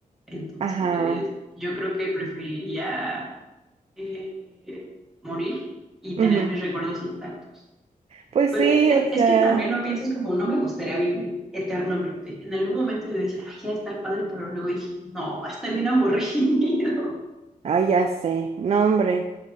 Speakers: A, in the centre; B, on the right.
A: Entonces,
B: Ajá.
A: yo creo que preferiría eh, morir y
B: ujú.
A: tener mis recuerdos intactos.
B: Pues
A: Pero
B: sí,
A: es,
B: o sea.
A: es que también lo piensas como, no me gustaría vivir eternamente. En algún momento yo decía, ay, ya está padre, pero luego dije, no, va a estar bien aburrido.
B: Ah, ya sé. No, hombre.